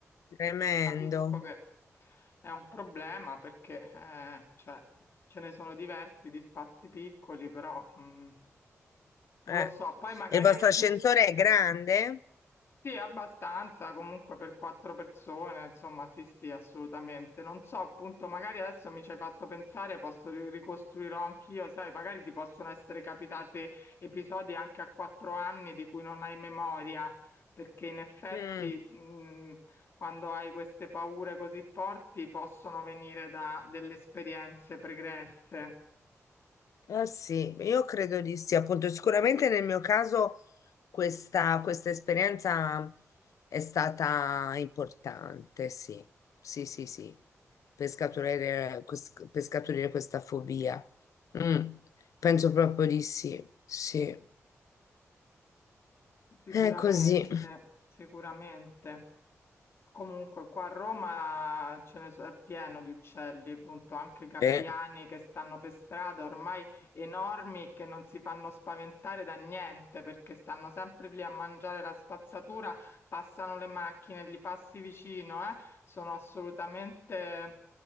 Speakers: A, on the left (about 85°); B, on the left (about 50°).
A: tremendo.
B: Capisco che è un problema perché, eh, cioè, ce ne sono diversi di spazi piccoli, però, mm, non
A: Eh.
B: lo so. Poi magari
A: E il vostro
B: anch'io.
A: ascensore è grande?
B: Sì, abbastanza, comunque per quattro persone, insomma, sì, sì, assolutamente. Non so, appunto, magari adesso mi ci hai fatto pensare, posso ri- ricostruirò anch'io, sai, magari ti possono essere capitati episodi anche a quattro anni di cui non hai memoria, perché in effetti,
A: Mm,
B: mh, quando hai queste paure così forti, possono venire da delle esperienze pregresse.
A: eh sì, io credo di sì. Appunto, sicuramente nel mio caso questa, questa esperienza è stata importante, sì. Sì, sì, sì. Per scaturire, quest- per scaturire questa fobia. Mm, penso
B: Eh, sì,
A: proprio di sì. Sì.
B: sicuramente,
A: È così.
B: sicuramente. Comunque, qua a Roma ce ne so- è pieno di uccelli, appunto, anche gabbiani
A: Eh.
B: che stanno per strada, ormai enormi, che non si fanno spaventare da niente perché stanno sempre lì a mangiare la spazzatura, passano le macchine, li passi vicino, eh, sono assolutamente,